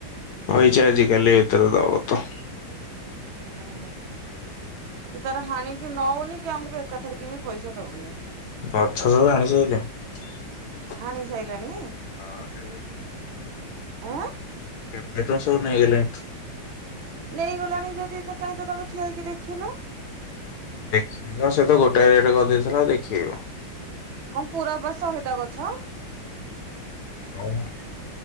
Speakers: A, on the left (about 65°); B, on the right (about 80°).
A: କହିଛି ଆଜି କାଲି ଭିତରେ ଦବ ତ।
B: ହୁଁ ସେ ତାର ହାଣିକି ନଉନି କି ଆମକୁ ଏକାଥରିକି ବି ପଇସା ଦଉନି।
A: ଗଛ ସବୁ ହାଣି ସାଇଲେଣି ହଁ
B: ହାଣି ସାଇଲାଣି
A: କେବେଠୁ।
B: ଆଁ
A: ଏବେ ତ ସବୁ ନେଇଗଲେ
B: ନେଇଗଲାଣି ଯଦି କାହିଁ ତମେ ଠିଆହେଇକି ଦେଖିନ।
A: ଦେଖିନି କଣ ସେ ତ ଗୋଟେ ରେଟ୍ କରିଦେଇଥିଲା ଦେଖେବି କଣ।
B: କଣ ପୁର ବା ସହେଟା ଗଛ।
A: ହ ପା।